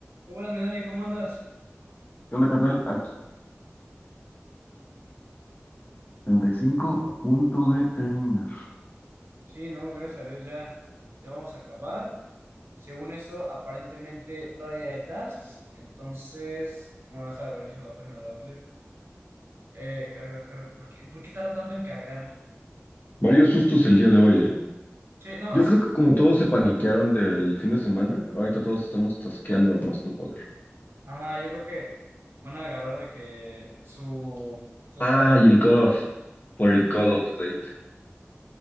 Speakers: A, on the right; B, on the left.
A: Muy buenas, mi Dani, ¿cómo andas?
B: ¿Qué onda, carnal? Aquí 35 a punto de terminar.
A: Sí, no, gracias a Dios ya, ya vamos a acabar. Según eso, aparentemente todavía hay tasks, entonces, bueno, deja de reiniciar la página de Outlier. Eh, carga, carga. ¿Por qué, por qué tarda tanto en cargar?
B: Varios sustos el día de hoy, ¿eh?
A: Sí, no,
B: Yo
A: s-
B: creo que como todos se paniquearon del fin de semana, ahorita todos estamos tasqueando a más no poder.
A: ajá, yo creo que van a agarrar de que su, su
B: Ah,
A: espacio.
B: y el cutoff por el cutoff date.